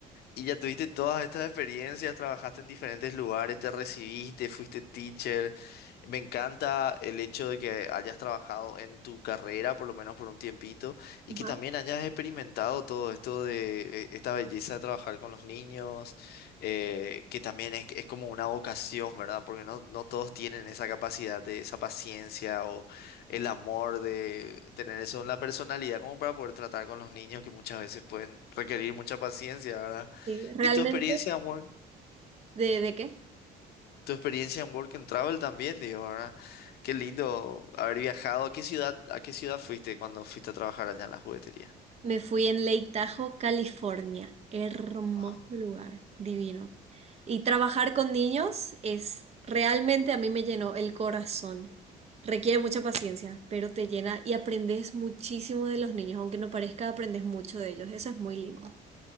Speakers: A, on the left (about 70°); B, on the right (about 40°).
A: Y ya tuviste todas estas experiencias, trabajaste en diferentes lugares, te recibiste, fuiste teacher. Me encanta el hecho de que hayas trabajado en tu carrera, por lo menos por un tiempito, y
B: Ajá,
A: que también hayas experimentado todo esto de eh, esta belleza de trabajar con los niños, eh, que también es, es como una vocación, ¿verdad? Porque no, no todos tienen esa capacidad de esa paciencia o el amor de tener eso en la personalidad como para poder tratar con los niños que muchas veces pueden requerir mucha paciencia, ¿verdad?
B: sí. ¿Realmente?
A: Y tu experiencia en Work,
B: ¿De, de qué?
A: tu experiencia en Work and Travel también, digo, ¿verdad? Qué lindo haber viajado. ¿A qué ciudad, a qué ciudad fuiste cuando fuiste a trabajar allá en la juguetería?
B: Me fui en Lake Tahoe, California. Hermoso
A: Wow,
B: lugar, divino. Y trabajar con niños es realmente a mí me llenó el corazón. Requiere mucha paciencia, pero te llena y aprendes muchísimo de los niños, aunque no parezca, aprendes mucho de ellos. Eso es muy lindo.